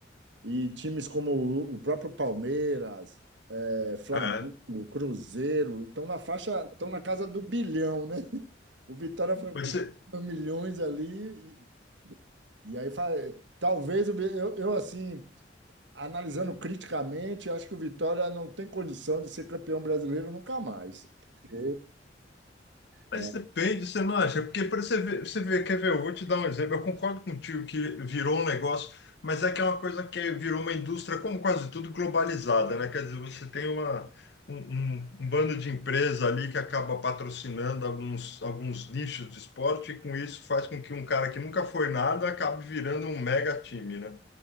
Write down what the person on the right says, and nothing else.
e times como o o próprio Palmeiras, é, Flamengo,
Cruzeiro, estão na faixa, estão na casa do bilhão, né? O Vitória foi
com
<laughs> milhões ali, e, e aí fa- talvez o Vi- eu, eu, assim, analisando criticamente, acho que o Vitória não tem condição de ser campeão brasileiro nunca mais. Porque
é,